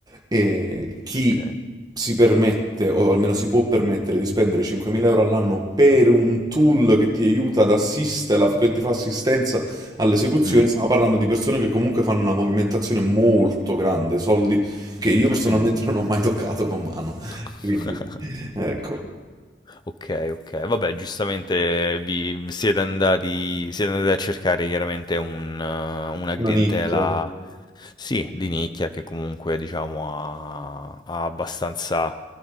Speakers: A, on the right (about 20°); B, on the left (about 25°).
A: E chi
B: ok.
A: si permette, o almeno si può permettere, di spendere 5.000 euro all'anno per un tool che ti aiuta ad assistere, alla- che ti fa assistenza all'esecuzione,
B: Mm,
A: stiamo parlando di persone che comunque fanno una movimentazione molto grande, soldi che
B: mm,
A: io personalmente
B: mm.
A: non ho mai toccato con mano.
B: <laughs>
A: <laughs> Quindi, ecco.
B: Ok, ok. Vabbè, giustamente vi siete andati, siete andati a cercare chiaramente un, eh, una clientela,
A: Una nicchia,
B: sì, di nicchia che comunque diciamo ha, ha abbastanza